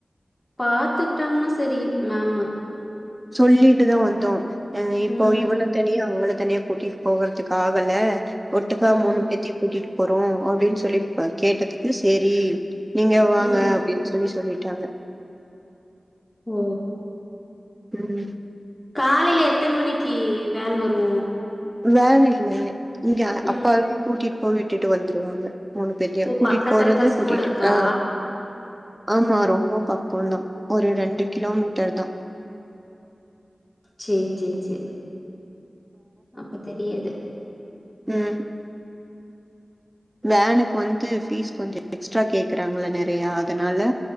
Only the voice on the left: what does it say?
பாத்துகிட்டாங்கனா சரி மேம்மு
ம்
ம்
ம்
ஓ
காலைல எத்தன் மணிக்கி வேன் வரு
ம்
ஓ
பக்கத்துலதா
ஸ்கூல் இருக்கா
சேரி சேரி சேரி அப்ப தெரியாது